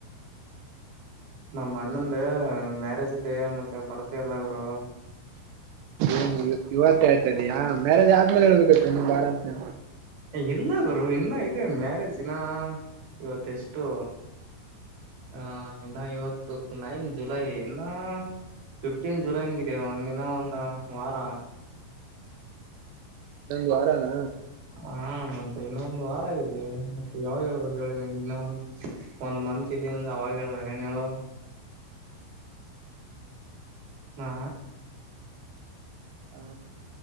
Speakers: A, on the right (about 50°); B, on the right (about 75°).
A: ನಮ್ಮ ಅಣ್ಣಂದು ಮ್ಯಾರೇಜ್ ಇದೆ ಮತ್ತೆ ಬರ್ತ ಇಲ್ಲ ಗುರು.
B: ಏನು ಇವತ್ತ ಹೇಳ್ತ ಇದೀಯಾ ಮ್ಯಾರೇಜ್ ಆದ್ಮೇಲೆ ಹೇಳ್ಬೇಕತ್ತು ನೀ ಬಾರ ಅಂತ.
A: ಇಲ್ಲ ಗುರು ಇನ್ನ ಇದೆ ಮ್ಯಾರೇಜಿನ ಇವತ್ತ ಎಷ್ಟು. ಹ ಇನ್ನ ಇವತ್ತು ನೈನ್ ಜುಲೈ ಇನ್ನ ಫಿಫ್ಟೀನ್ ಜುಲೈಗಿದೆ ಒಂದಿನ ಇನ್ನ ಒಂದು ವಾರ.
B: ಇನ್ನೊಂದು ವಾರಾನ.
A: ಹಾ ಮತ್ತೆ ಇನ್ನೊಂದು ವಾರ ಇದೆ ಮತ್ತೆ ಯಾವಗ ಹಳ್ಬೇಕು ಹೇಳಿ ನೀವು ಇನ್ನೊಂದು. ಒಂದ್ ಮಂತ್ ಇದೆ ಅಂದಾಗ ಅವಾಗ ಹೇಳಬೇಕ ಹೇಳು. ಹಾ
B: ಹಾ